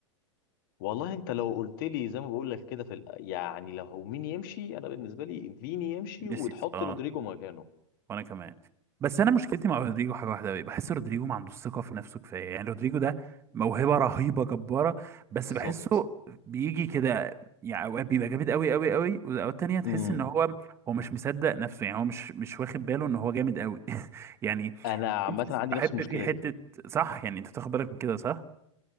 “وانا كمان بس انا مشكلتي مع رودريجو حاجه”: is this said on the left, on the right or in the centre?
Right